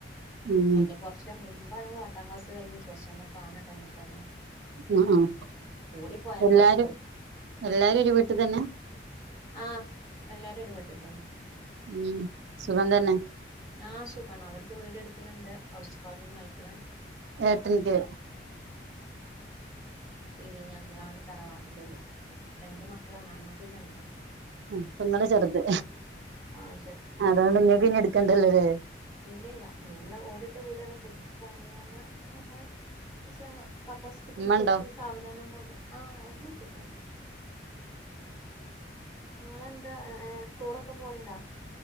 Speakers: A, on the right; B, on the left.
A: ഉം
B: അതിന്റെ കൊറച്ച് മുമ്പാണങ്കെ പത്താം ക്ലാസ് കഴിഞ്ഞ് പ്ലസ് ടു വിലൊക്കെ ആകണ ടൈമില് തന്നെ
A: ആ ആ
B: കൂടിപ്പോയാ
A: എല്ലാരും
B: പ്ലസ് ടു
A: എല്ലാരും ഒരു വീട്ടിൽ തന്നെ
B: ആ എല്ലാരും ഒരുവ്ട്ടിൽ തന്നെ
A: ഉം സുഖം തന്നെ
B: ആ സുഖാണ് അവർക്ക് വീട് എടുക്കണ്ണ്ട് ഹൗസ് വാമിങ് ആയിക്കണ്
A: ഏട്ടന്റെ
B: പിന്നെ ഞങ്ങളാണ് തറവാട്ടിലുള്ള രണ്ട് മക്കളാണ് ആൺമക്കൾ രണ്ടാ
A: ഉം പ്പങ്ങള് ചെറുത്
B: ആഹ്
A: അതുകൊണ്ട് നിങ്ങക്ക് ഇനി എടുക്കണ്ടല്ലോല്ലേ
B: ഇല്ലല്ല ഞമ്മള് ഓടിട്ട് വീടാണ് പുതുക്കി പണിയാങ്ങ നമ്മടെ സ കപ്പാസിറ്റിക്ക്
A: ഉമ്മ
B: അനുസരിച്ച്
A: ഉണ്ടോ
B: സാവധാനം <unintelligible> ആ ഒമ്മിക്കൊണ്ടാവടെ ഇങ്ങളെന്താ ടൂറൊക്കെ പോണ്ട